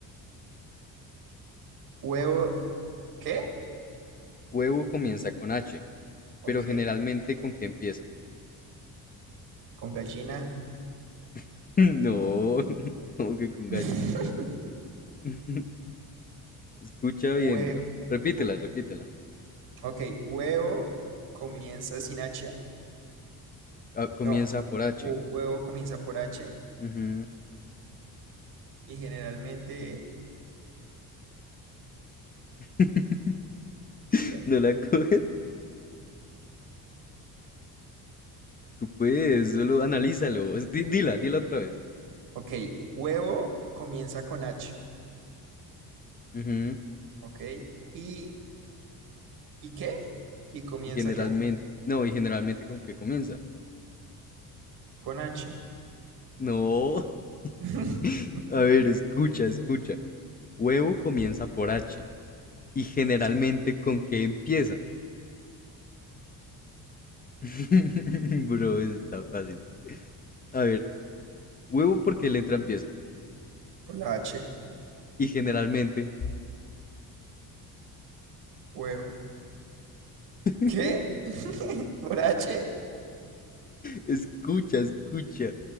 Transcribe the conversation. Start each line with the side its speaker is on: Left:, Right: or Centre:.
Right: ¿Huevo qué?
Left: Huevo comienza con H.
Right: Ok.
Left: Pero generalmente, ¿con qué empieza?
Right: Con gallina.
Left: <laughs> No, <laughs> como que con gallina.
Right: <laughs>
Left: <laughs> Escucha
Right: Hue
Left: bien, bro. Repítela,
Right: ok.
Left: repítela.
Right: Ok, huevo comienza sin H.
Left: Ah, comienza
Right: No.
Left: por H.
Right: Hu- huevo comienza por H.
Left: Ujú.
Right: Y generalmente,
Left: <laughs>
Right: ¿qué?
Left: ¿No la coges? Tú puedes, solo analízalo. Es- di- dila, dila otra vez.
Right: Ok. Huevo comienza con H.
Left: Ujú.
Right: Ok. ¿Y, y qué? ¿Y comienza
Left: Y generalmente,
Right: qué?
Left: no, y generalmente con qué comienza.
Right: Con H.
Left: No.
Right: <laughs>
Left: <laughs> A ver, escucha, escucha. Huevo comienza por H. Y generalmente
Right: Sí,
Left: con qué empieza. <laughs> Bro, eso está fácil. A ver, Huevo porque letra empieza.
Right: por la H,
Left: Y generalmente,
Right: huevo.
Left: <laughs>
Right: ¿Qué? <laughs> ¿Por H?
Left: escucha, escucha.